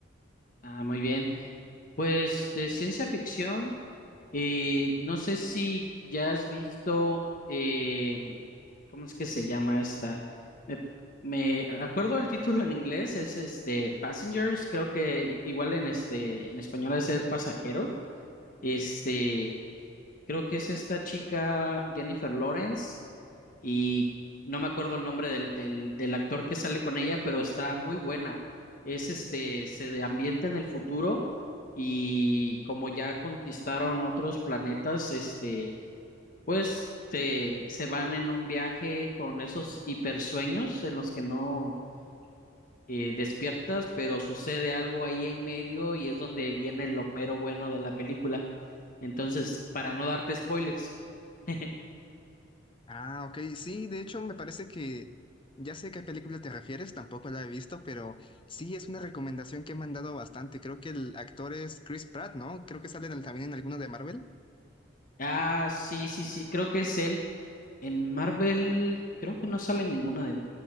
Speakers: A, on the left; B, on the left.
A: Ah, muy bien. Pues de ciencia ficción. Y no sé si ya has visto, eh, ¿cómo es que se llama esta? Me, me acuerdo el título en inglés, es este Passengers, creo que i- igual en este, en español es ser pasajero. Este, creo que es esta chica Jennifer Lawrence y no me acuerdo el nombre del, del, del actor que sale con ella, pero está muy buena. Es este, se de- ambienta en el futuro y como ya conquistaron otros planetas, este, pues se, se van en un viaje con esos hipersueños en los que no eh, despiertas, pero sucede algo ahí en medio y es donde viene lo mero bueno de la película. Entonces, para no darte spoilers. <laughs>
B: Ah, ok, sí, de hecho me parece que ya sé a qué película te refieres, tampoco la he visto, pero sí es una recomendación que me han dado bastante. Creo que el actor es Chris Pratt, ¿no? Creo que sale en- también en alguno de Marvel.
A: Ah, sí, sí, sí, creo que es él. En Marvel, creo que no sale en ninguna de,